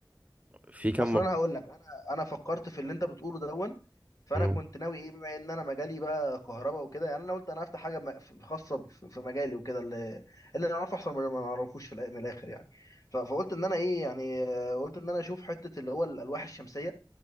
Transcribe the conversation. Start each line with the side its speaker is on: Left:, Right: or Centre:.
Right: في كم
Left: اصل
Right: مر...
Left: انا هقول لك انا انا فكرت في اللي انت بتقوله دون فانا
Right: مم.
Left: كنت ناوي ايه بما ان انا مجالي بقى كهرباء وكده يعني انا قلت انا هفتح حاجه م- ف- خاصه في في مجالي وكده اللي اللي انا اعرفه احسن من اللي ما اعرفوش في الآ- من الاخر يعني ف- فقلت ان انا ايه يعني آه، قلت ان انا اشوف حته اللي هو الالواح الشمسيه